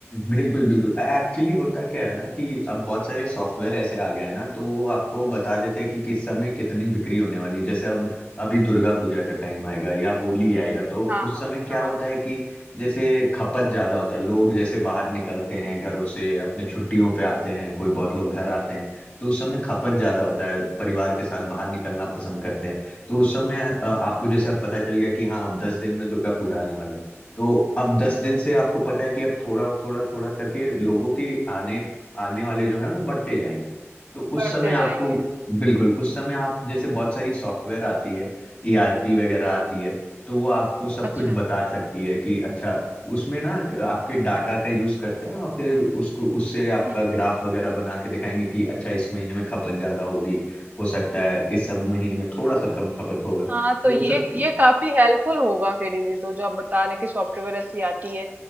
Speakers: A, on the left; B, on the right.
A: बिल्कुल बिल्कुल एक्चुअली होता क्या है ना कि अब बहुत सारे सॉफ्टवेयर ऐसे आ गए हैं ना तो वो आपको बता देते हैं कि किस समय कितनी बिक्री होने वाली है। जैसे अब अभी दुर्गा पूजा का टाइम आएगा या होली आएगा तो
B: हाँ
A: उस
B: हाँ
A: समय क्या
B: हाँ
A: होता है कि जैसे खपत ज्यादा होता है लोग जैसे बाहर निकलते हैं
B: हम्म,
A: घरों से अपने छुट्टियों पे आते हैं कोई बहुत लोग घर आते हैं तो उस समय खपत ज्यादा होता है परिवार के साथ बाहर निकलना पसंद करते हैं तो उस समय अ, आपको जैसे अब पता चल गया कि हाँ अब दस दिन में दुर्गा पूजा आने वाला है तो अब दस
B: हम्म,
A: दिन से आपको पता है कि अब थोड़ा थोड़ा थोड़ा करके लोगों के आने आने वाले जो हैं वो बढ़ते जाएंगे तो उस
B: बढ़ते
A: समय आपको
B: जाएंगे
A: बिल्कुल उस समय आप जैसे बहुत सारी सॉफ्टवेयर आती है ईआरपी वगैरह
B: हाँ
A: आती है तो वो आपको सब
B: अच्छा
A: कुछ बता सकती है कि अच्छा उसमें ना एक आपके डाटा का यूज करते हैं और फिर उसको उससे आपका
B: हम्म
A: ग्राफ वगैरह बना के दिखाएंगे कि अच्छा इस महीने में खपत ज्यादा होगी हो सकता है इस सब महीने में थोड़ा सा कम खपत होगा तो
B: हाँ तो ये
A: वो सब चीज़-
B: ये काफी हेल्पफुल होगा फिर ये तो जो आप बता रहे हैं कि सॉफ्टवेयर ऐसी आती है